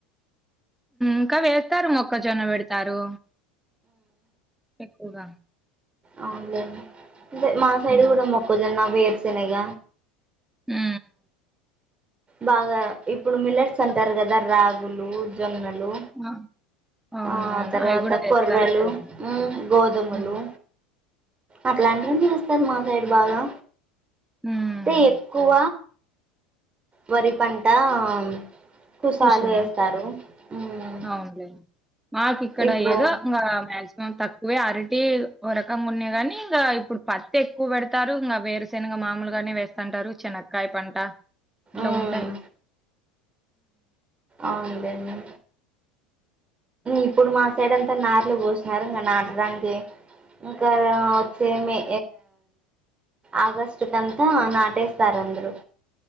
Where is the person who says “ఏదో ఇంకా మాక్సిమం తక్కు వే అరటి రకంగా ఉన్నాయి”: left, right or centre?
Centre